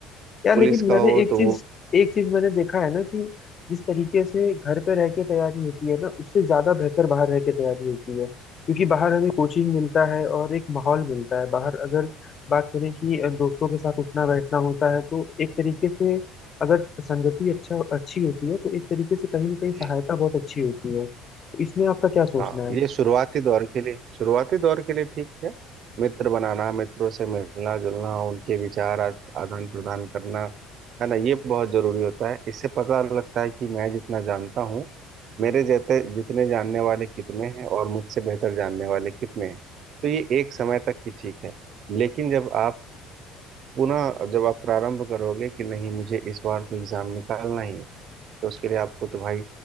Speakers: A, on the left (about 35°); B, on the right (about 50°).
A: यार
B: पुलिस
A: लेकिन
B: का
A: मैंने
B: हो
A: एक
B: तो
A: चीज
B: वो
A: एक चीज मैंने देखा है ना कि जिस तरीके से घर पे रह के तैयारी होती है ना उससे ज्यादा बेहतर बाहर रह के तैयारी होती है क्योंकि बाहर हमें कोचिंग मिलता है और एक माहौल मिलता है बाहर अगर बात करें कि दोस्तों के साथ उठना बैठना होता है तो एक तरीके से अगर संगति अच्छा अच्छी होती है तो एक तरीके से कहीं ना कहीं सहायता
B: जी
A: बहुत अच्छी होती है तो इसमें आपका क्या सोचना
B: हाँ
A: है
B: ये शुरुआती दौर के लिए शुरुआती दौर के लिए ठीक है मित्र बनाना मित्रों से मिलना जुलना उनके विचार आ- आदान प्रदान करना है ना ये बहुत जरूरी होता है इससे पता लगता है कि मैं जितना जानता हूँ मेरे जैसे जितने जानने वाले कितने हैं और मुझसे बेहतर जानने वाले कितने हैं तो ये एक समय तक ही ठीक है लेकिन जब आप पुनः जब आप प्रारंभ करोगे कि नहीं मुझे इस बार तो एग्जाम निकालना ही है तो उसके लिए आपको तो भाई